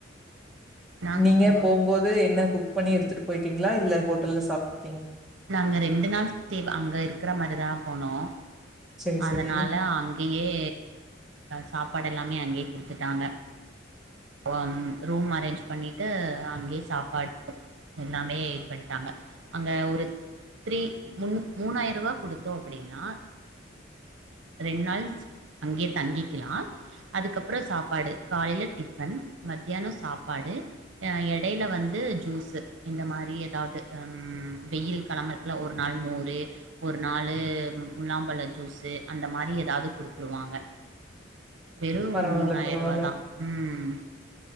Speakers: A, on the right (about 80°); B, in the centre.
A: நாங்கள்
B: நீங்க போகும்போது என்ன கு குக் பண்ணி எடுத்துட்டு போய்ட்டீங்களா இல்ல ஹோட்டல்ல சாப்பிட்டு
A: நாங்க ரெண்டு நாள்வ அங்க <unintelligible> இருக்கற மாதிரிதான் போனோம்
B: செரி
A: அதனால
B: செரி
A: அங்கேயே சாப்பாடு எல்லாமே அங்கையே அங்கேயே குடுத்துட்டாங்க உம் ம்ம் ரூம் அரேஞ்ச் பண்ணிட்டு அங்கேயே சாப்பாடு எல்லாமே பண்ணிட்டாங்க அங்கே ஒரு த்ரீ மூணாயிரம் ரூபா கொடுத்தோம் அப்படின்னா ரெண்டு நாள் அங்கேயே தங்கிக்கலாம் அதுக்கப்புறம் சாப்பாடு காலையில டிஃபன் மத்தியானம் சாப்பாடு எடையில வந்து ஜூஸ் இந்த மாதிரி எதாவது வெயில் கிளம்பருக்குல ஒரு நாள் மோர் ஒரு நாள் முலாம்பழ ஜூஸு அந்த மாதிரி ஏதாவது கொடுத்துருவாங்க வெறும்
B: பரவால்ல
A: மூணாயிரம்
B: பரவால்ல
A: ரூவாதான் உம்